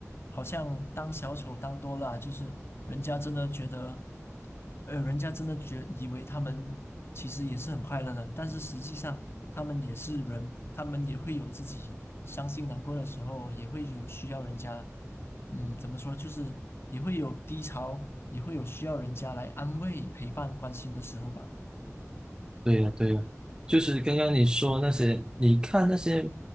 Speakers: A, on the left; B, on the right.
A: 好像当小丑当多了啊就是人家真的觉得，呃，人家真的觉以为他们其实也是很快乐的，但是实际上他们也是人，他们也会有自己伤心难过的时候，也会有需要人家，嗯，怎么说，就是也会有低潮，也会有需要人家来安慰、陪伴、关心的时候吧。
B: 对呀，对呀，就是刚刚你说那些，你看那些，